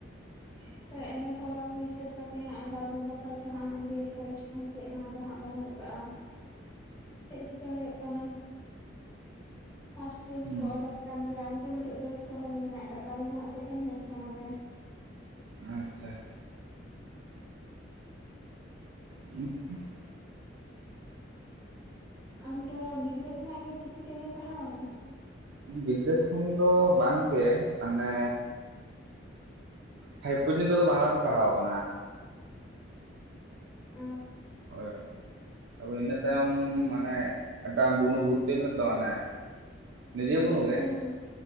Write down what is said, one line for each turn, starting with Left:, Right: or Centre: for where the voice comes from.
Right: <inaudible>
Left: ᱮᱢ ᱮ ᱠᱳᱨᱟᱣ ᱦᱩᱭ ᱥᱟᱹᱛ ᱠᱟᱛᱮ ᱦᱟᱸᱜ ᱟᱫᱚ ᱟᱵᱚ ᱵᱟᱠᱷᱨᱟ ᱛᱮ ᱦᱟᱸᱜ ᱵᱤ ᱮᱰ ᱠᱚᱞᱮᱡᱽ ᱠᱚᱦᱚᱸ ᱪᱮᱫ ᱦᱚᱸᱟᱫᱚ ᱦᱟᱸᱜ ᱵᱟᱹᱱᱩᱜ ᱟᱠᱟᱜᱼᱟ
Right: <unintelligible>
Left: ᱪᱮᱫ ᱪᱤᱠᱟ. ᱦᱩᱭᱩᱜ ᱠᱟᱱᱟ? ᱯᱷᱟᱥᱴ ᱵᱮᱧᱪ
Right: ᱦᱩᱸ
Left: ᱠᱚ ᱚᱰᱳᱠ ᱟᱠᱟᱱ ᱜᱮᱭᱟ ᱩᱱᱠᱩ ᱱᱤᱛᱚᱜ ᱫᱩᱲᱩᱵ ᱫᱚᱦᱚ ᱜᱮ ᱢᱮᱱᱟᱜ ᱟᱠᱟᱫ ᱠᱚᱣᱟ ᱟᱞᱮ ᱫᱚ ᱦᱟᱜ ᱥᱮᱠᱮᱱᱰ ᱵᱮᱧᱪ ᱠᱟᱱᱟᱞᱮ
Right: ᱟᱪᱪᱷᱟ <unintelligible>
Left: ᱟᱢ ᱫᱚ ᱜᱤᱫᱽᱨᱟᱹ ᱠᱷᱚᱱᱟᱜ ᱜᱮ ᱪᱤᱠᱤ ᱛᱮᱜᱮᱢ ᱯᱟᱲᱦᱟᱣ ᱟᱠᱟᱱᱟ
Right: ᱜᱤᱫᱽᱨᱟᱹ ᱠᱷᱚᱱ ᱫᱚ ᱵᱟᱝᱜᱮ ᱢᱟᱱᱮ ᱯᱷᱟᱭᱤᱵᱽ ᱯᱚᱨᱡᱚᱱᱛᱚ ᱫᱚ ᱵᱟᱝᱞᱟ ᱛᱤᱧ ᱯᱟᱲᱦᱟᱣ ᱟᱠᱟᱱᱟ
Left: ᱚ
Right: ᱦᱳᱭ ᱛ ᱤᱱᱟᱹ ᱛᱟᱭᱚᱢ ᱢᱟᱱᱮ ᱮᱴ ᱚᱱᱩᱵᱷᱚᱛᱛᱤ ᱞᱮᱱᱟ ᱛᱚ ᱦᱟᱱᱮ ᱱᱤᱡᱮ ᱵᱩᱱᱩᱜ
Left: ᱦᱩᱸ ᱦᱩᱸ